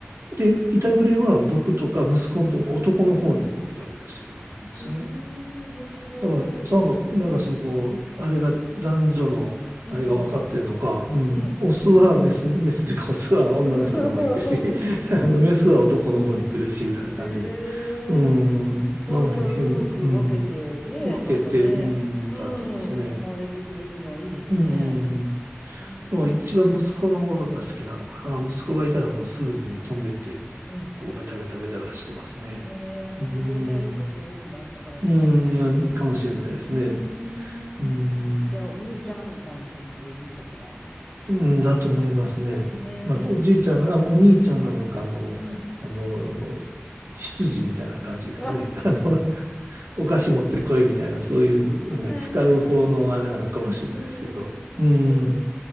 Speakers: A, on the right; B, on the left.
A: で、イタグレは僕とか息子の男の方にこうベタベタしてくるんですよね。
B: うん。へえ、面白い。
A: だから、なんか、なんかその、あれが男女の、
B: うん
A: あれが分かってんのか、うん、
B: うん。
A: オスはメス、メスというか、オスは女の人の方行くし、
B: うん。
A: <laughs>
B: <laughs>
A: あの、メスは男の方に来るし、みたいな感じで、
B: へえ。
A: うん、なんか変、
B: あ、じゃあ、うまく分けて、
A: うん、
B: ね、
A: 分けて、
B: なんかね、
A: うん、
B: うん、
A: なってますね。
B: 甘えてくれるのはいいですね。
A: うん、で
B: へえ。
A: も一番息子の方が好きなのかな。息子がいたらもうすぐもう飛んでって、
B: うん。
A: こう、ベタベタベタベタしてますね。
B: へえ、
A: うん、
B: 遊んでくれたりとかそういうのがあったからですかね。
A: うん、かもしれないですね。
B: うーん。
A: うん
B: じゃあ、お兄ちゃんみたいな感じでいるのかしら。
A: うん、だと思いますね。
B: ねえ。
A: まあ、おじいちゃん、あ、お兄ちゃんなのか、あの、
B: うん。
A: あの、羊みたいな感じでね、
B: <laughs> あ、
A: <laughs> あの、お菓子持ってこいみたいな、そういう、なんか使う方のあれなのかもしれないですけど、
B: はいはい。うん。
A: うん、
B: へ